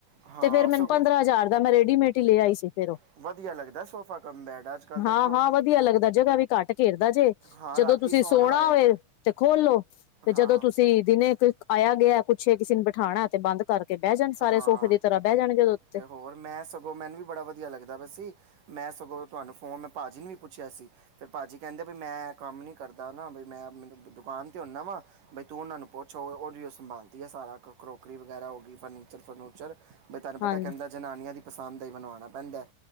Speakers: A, on the right; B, on the left.
A: ਆਓ ਹਾਂ
B: ਤੇ ਫੇਰ ਮੈਨੂੰ
A: ਸਗੋਂ
B: ਪੰਦਰਾਂ ਹਜ਼ਾਰ ਦਾ ਮੈਂ ਰੇਡੀਮੇਡ ਹੀ ਲਿਆ ਸੀ ਫੇਰ।
A: ਫਿਰ। ਵਧੀਆ ਲੱਗਦਾ ਸੋਫਾ ਕਮ ਬੈਡ ਅੱਜ ਕੱਲ੍ਹ ਦੇਖੋ
B: ਹਾਂ ਹਾਂ ਵਧੀਆ ਲੱਗਦਾ ਜਗ੍ਹਾ ਵੀ ਘੱਟ ਘੇਰਦਾ ਜੇ
A: ਹਾਂ
B: ਜਦੋਂ
A: ਰਾਤੀ
B: ਤੁਸੀਂ ਸੋਣਾ
A: ਹੋਏ
B: ਹੋਵੇ ਤੇ ਖੋਲੋ ਤੇ ਜਦੋਂ
A: ਹਾਂ
B: ਤੁਸੀਂ ਦਿਨੇ ਕ ਆਇਆ ਗਿਆ ਕੁੱਛੇ ਕਿਸੇ ਨੇ ਬਿਠਾਣਾ ਤੇ ਬੰਦ ਕਰਕੇ ਬਹਿ ਜਾਣ ਸਾਰੇ
A: ਹਾਂ
B: ਸੋਫੇ ਦੀ ਤਰ੍ਹਾਂ ਬਹਿ ਜਾਣਗੇ ਉਹਦੇ ਉੱਤੇ।
A: ਤੇ ਹੋਰ ਮੈਂ ਸਗੋਂ ਮੈਨੂੰ ਵੀ ਬੜਾ ਵਧੀਆ ਲੱਗਦਾ ਪਿਆ ਸੀ ਮੈਂ ਸਗੋਂ ਤੁਆਨੂੰ ਫ਼ੋਨ ਮੈਂ ਭਾਅ ਜੀ ਨੂੰ ਵੀ ਪੁੱਛਿਆ ਸੀ। ਫੇਰ ਭਾਜੀ ਕਹਿੰਦੇ ਵੀ ਮੈਂ ਐ ਕੰਮ ਨੀ ਕਰਦਾ ਨਾ ਬਾਈ ਮੈਂ ਮਤਲਬ ਦੁਕਾਨ ਤੇ ਹੁੰਨਾ ਵਾ। ਬਈ ਤੂੰ ਉਹਨਾਂ ਨੂੰ ਪੁੱਛੋ ਉਹ-ਉਹ ਸੰਭਾਲਦੀ ਆ ਸਾਰਾ ਕ ਕਰੋਕਰੀ ਵਗੈਰਾ ਹੋ ਗਈ ਫਰਨੀ ਫਰਨੀਚਰ, ਵੀ ਤੁਹਾਨੂੰ ਪਤਾ
B: ਹਾਂਜੀ
A: ਕਹਿੰਦਾ ਜਨਾਨੀਆਂ ਦੀ ਪਸੰਦ ਦਾ ਹੀ ਬਣਵਾਉਣਾ ਪੈਂਦਾ।